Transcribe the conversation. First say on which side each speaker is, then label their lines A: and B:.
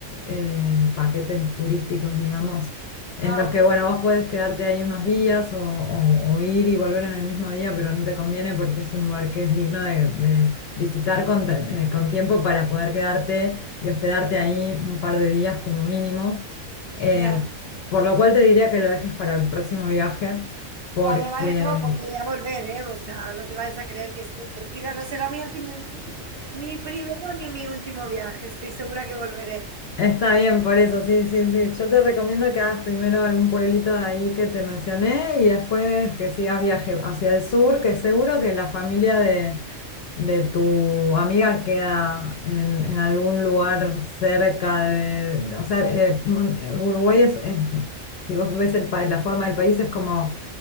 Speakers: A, on the left; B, on the right.
A: eh, paquetes turísticos, digamos, en
B: ah,
A: los
B: hombre,
A: que, bueno, vos podés quedarte ahí unos días o, o- o ir y volver en el mismo día, pero no te conviene porque es un lugar que es digno de, de visitar con, te- eh, con tiempo para poder quedarte y hospedarte ahí un par de días como mínimo. Eh,
B: ya.
A: por lo cual te diría que lo dejes para el próximo viaje, porque
B: Vale, vale, no, porque voy a volver, ¿eh? O sea, no te vayas a creer que estoy tranquila. No será mi último, mi primero ni mi último viaje. Estoy segura que volveré.
A: está bien, por eso, sí, sí, sí. Yo te recomiendo que hagas primero algún pueblito de ahí que te mencioné y después que sigas viaje hacia el sur, que seguro que la familia de, de tu amiga queda en, en algún lugar cerca de, o sea, eh, Uruguay es, es- si vos ves el, pa- la forma del país, es como